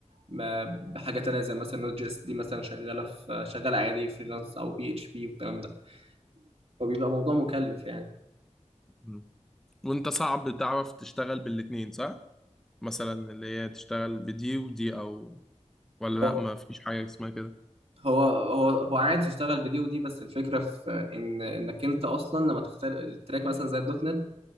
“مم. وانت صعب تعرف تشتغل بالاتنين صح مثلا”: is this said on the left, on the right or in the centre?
Centre